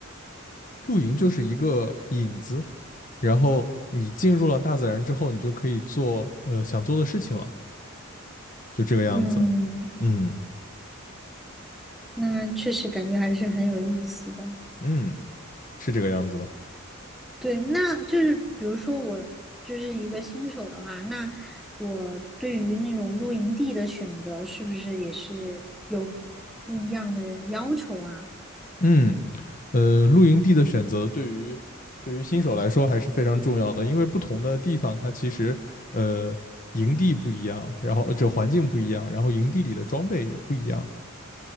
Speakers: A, on the left; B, in the centre.
A: 露营就是一个引子，然后你进入了大自然之后，你就可以做呃想做的事情了，就这个样子。
B: 嗯，
A: 嗯
B: 那确实感觉还是很有意思的。
A: 嗯，是这个样子的。
B: 对，那就是比如说我就是一个新手的话，那我对于那种露营地的选择，是不是也是有不一样的要求啊？
A: 嗯，呃，露营地的选择对于对于新手来说还是非常重要的，因为不同的地方它其实呃营地不一样，然后呃这环境不一样，然后营地里的装备也不一样，